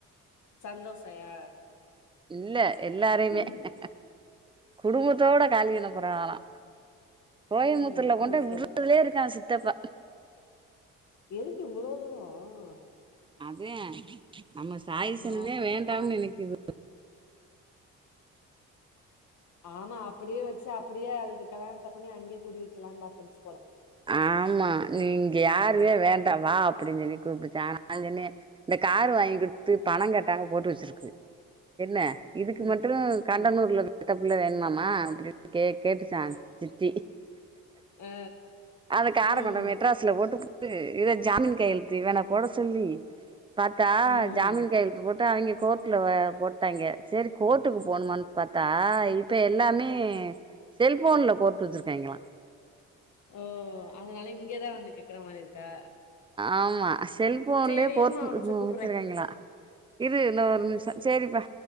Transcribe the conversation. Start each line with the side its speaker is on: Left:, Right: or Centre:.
Left: சந்தோஷயா
Right: இல்ல எல்லாரயுமே
Left: ம்
Right: அ குடும்பத்தோட காலி பண்ண போறாகளா கோயம்புத்தூர்ல
Left: ம்
Right: கொண்ட
Left: அது சரி
Right: விடுறதுலயே இருக்கான் சித்தி த்தப்பா
Left: எதுக்கு இவ்ள தூரம்
Right: அதே நம்ம சாயிசனமே
Left: யா
Right: வேண்டாம்னு நினைக்க இது
Left: ஆமா அப்படியே வச்சு அப்படியே அதுக்கு கலாணத்த பண்ணி அங்கே குடிவிக்கலான்னு பாத்துடிச்சு போல
Right: ஆமா நீங்க யார் பிள்ளையே வேண்டவா அப்படின்னு சொல்லி கூப்ட்டுச்சான் ஆனாலும் சொன்னே இந்த காரு வாங்கி குடுத்து பணம் கட்டாம போட்டு வச்சிருக்கு என்ன இதுக்கு
Left: ம்
Right: மட்டு கண்டனூர்ல
Left: ம்
Right: பெட்ட பிள்ள வேணுமாமா ஆஹ் அப்படி கே கேட்டு சான் சித்தி
Left: ஆ
Right: அந்த காரை
Left: ம்
Right: கொண்ட மெட்ராஸ்ல போட்டு இத ஜாமீன் கையழுத்து இவன போட சொல்லி பாத்தா
Left: ம்
Right: ஜாமீன் கையெழுத்து போட்டு அவங்க கோர்ட்ட்ல போட்டாங்க சரி கோர்ட்டுக்கு போணும பாத்தா இப்ப எல்லாமே செல்போன்ல கோர்ட்டு வச்சிருக்காங்களா
Left: ஓ அதனால இங்கேதான் வந்து கேக்குற மாதிரி இருக்கா
Right: ஆமா செல்போன்லயே
Left: சரி
Right: கோர்ட்
Left: இருமா ஒரு நிமிஷம் கூப்பிறேன்
Right: வச்சிருக்காய்ங்களா இரு இன்ன ஒரு நிமிஷம் சரிப்பா